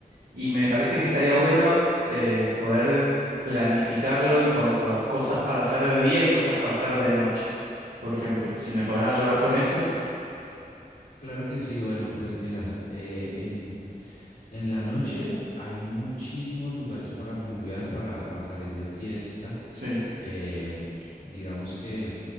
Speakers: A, on the right; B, on the left.
A: y me parece que estaría bueno eh, poder planificarlo en cuanto a cosas para hacer de día y cosas para hacer de noche, por ejemplo. Si me podés ayudar con eso,
B: Claro que sí, bueno, pues mira, eh, en, en la noche hay muchísimos lugares para rumbear, para, para salir de fiesta.
A: sí.
B: Em, digamos que